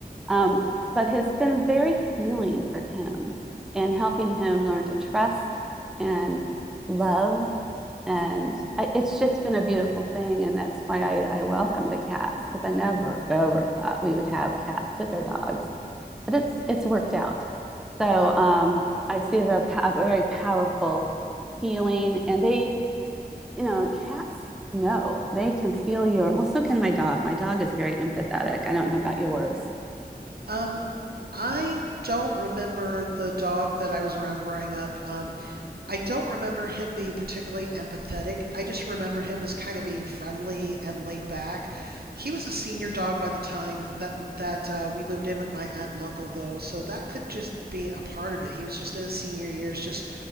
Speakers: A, in the centre; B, on the right (about 70°).
A: Um, but it's been very healing for him and helping him learn to trust and love and I, it's just been a beautiful thing and that's why i, I welcome the cats because i never ever thought we would have cats with our dogs but it's it's worked out so
B: Uh,
A: um, i see they're a very powerful healing and they you know cats know they can feel your well so can my dog my dog is very empathetic i don't know about yours
B: um, I don't remember the dog that I was around growing up. Um, I don't remember him being particularly empathetic. I just remember him as kind of being friendly and laid back. He was a senior dog by the time that that uh, we moved in with my aunt and uncle, though, so that could just be a part of it. He was just in his senior years, just